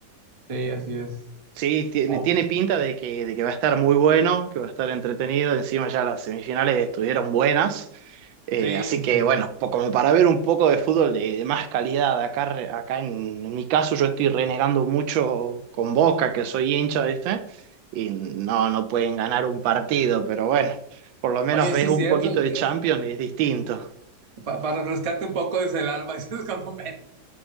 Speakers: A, on the right; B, on the right.
A: Sí, así es.
B: Sí, tiene,
A: Oh,
B: tiene pinta de que, de que va a estar muy bueno, que va a estar entretenido. Encima ya las semifinales estuvieron buenas. Eh,
A: sí,
B: así
A: sí.
B: que bueno, po- como para ver un poco de fútbol de, de más calidad. Acá, re- acá en, en mi caso yo estoy renegando mucho con Boca, que soy hincha, ¿viste? Y no, no pueden ganar un partido, pero bueno, por lo menos
A: Oye,
B: ves
A: sí,
B: un
A: cierto.
B: poquito de
A: que-
B: Champions y es distinto.
A: para refrescarte un poco desde el alma, <laughs> eso es cuando menos.